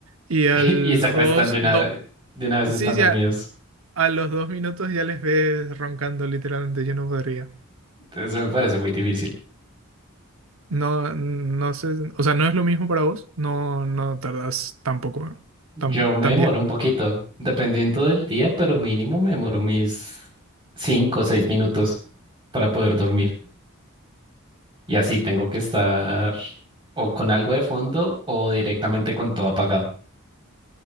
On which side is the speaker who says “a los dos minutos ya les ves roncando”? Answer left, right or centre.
Right